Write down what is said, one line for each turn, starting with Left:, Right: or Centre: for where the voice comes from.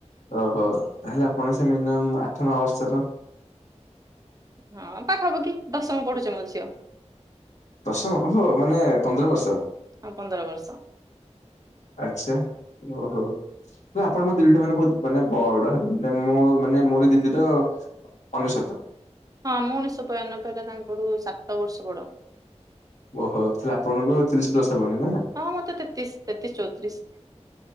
Left: ଓହୋ ତାହେଲେ ଆପଣ ସେ ମିନିମମ ଆଠ ନଅ ବର୍ଷର।
Right: ହଁ ପାଖାପାଖି ଦଶମ ପଢୁଛି ମୋ ଝିଅ।
Left: ଦଶମ ହୋ ମାନେ ପନ୍ଦର ବର୍ଷ।
Right: ହଁ ପନ୍ଦର ବର୍ଷ
Left: ଆଚ୍ଛା ଓହୋ। ହେ ଆପଣ ମୋ ଦିଦିଠୁ ମାନେ ବହୁତ ମାନେ ବଡ ହେବେ ମାନେ ମୁଁ ମାନେ ମୋରି ଦିଦ ତ ଅ ଅନେଶତ।
Right: ହଁ ମୁଁ ଉଣେଇଶହ ବୟାନବେ ହେଲା ତାଙ୍କଠୁ ସାତ ବର୍ଷ ବଡ।
Left: ଓହୋ ତାହାଲେ ଆପଣଙ୍କୁ ତିରିଶ ପ୍ଲସ ହବଣି ନା।
Right: ହଁ ମତେ ତେତିଶ ତେତିଶ ଚଉତିରିଶ।